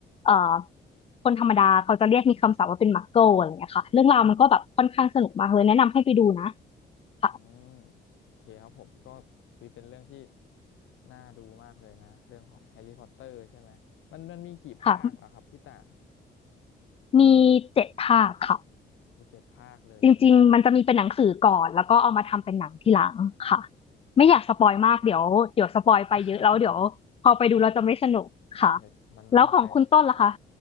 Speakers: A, on the left; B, on the left.
A: เอ่อคนธรรมดาเขาจะเรียกมีคำศัพท์ว่าเป็นมักเกิลอะไรอย่างเงี้ยค่ะเรื่องราวมันก็แบบค่อนข้างสนุกมากเลยแนะนำให้ไปดูนะค่ะ
B: อืมโอเคครับผมก็เป็นเรื่องที่น่าดูมากเลยนะเรื่องของแฮร์รี่พอตเตอร์ใช่ไหมมันมันมีกี่ภาคเหรอครับพี่ต่าง
A: ค่ะมีเจ็ดภาคค่ะ
B: อูเจ็ดภาคเลยใช่ไหม
A: จริงๆ มันจะมีเป็นหนังสือก่อนแล้วก็เอามาทำเป็นหนังทีหลังค่ะไม่อยากสปอยมากเดี๋ยวเดี๋ยวสปอยไปเยอะแล้วเดี๋ยวพอไปดูเราจะไม่สนุกค่ะ
B: อ๋ <laughs> อแต่มันต้องไป
A: แล้วของคุณต้นล่ะคะ